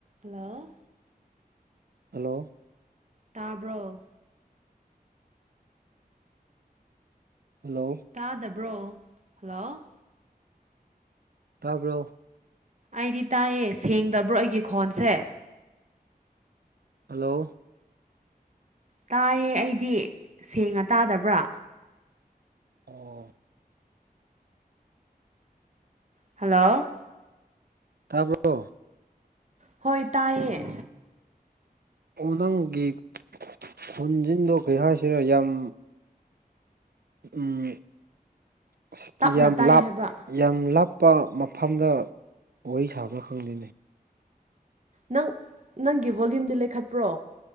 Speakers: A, on the right; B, on the right.
A: hello
B: hello
A: ꯇꯥꯕ꯭ꯔꯣ
B: hello
A: ꯇꯥꯗꯕ꯭ꯔꯣ hello
B: ꯇꯥꯕ꯭ꯔꯣ
A: ꯑꯩꯗꯤ ꯇꯥꯏꯌꯦ ꯁꯦꯡꯗꯕ꯭ꯔꯣ ꯑꯩꯒꯤ ꯈꯣꯟꯁꯦ
B: ꯍꯜꯂꯣ
A: ꯇꯥꯏꯌꯦ ꯑꯩꯗꯤ ꯁꯦꯡꯅ ꯇꯥꯗꯕ꯭ꯔꯥ
B: ꯑꯣ
A: ꯍꯜꯂꯣ
B: ꯇꯥꯕ꯭ꯔꯣ
A: ꯍꯣꯏ ꯇꯥꯏꯌꯦ
B: ꯅꯪꯒꯤ ꯈꯣꯟꯖꯤꯟꯗꯣ ꯀꯩ ꯍꯥꯏꯁꯤꯔ ꯌꯥꯝ ꯎꯝ ꯑꯁ
A: ꯇꯞꯅ
B: ꯌꯥꯝ
A: ꯇꯥꯏ
B: ꯂꯥꯞ
A: ꯍꯥꯏꯕ
B: ꯌꯥꯝ ꯂꯥꯞꯄ ꯃꯐꯝꯗ ꯋꯥꯔꯤ ꯁꯥꯕ꯭ꯔꯥ ꯈꯪꯗꯦꯅꯦ
A: ꯅꯪ ꯅꯪꯒꯤ ꯚꯣꯂ꯭ꯌꯨꯝꯗꯤ ꯂꯩꯈꯠꯄ꯭ꯔꯣ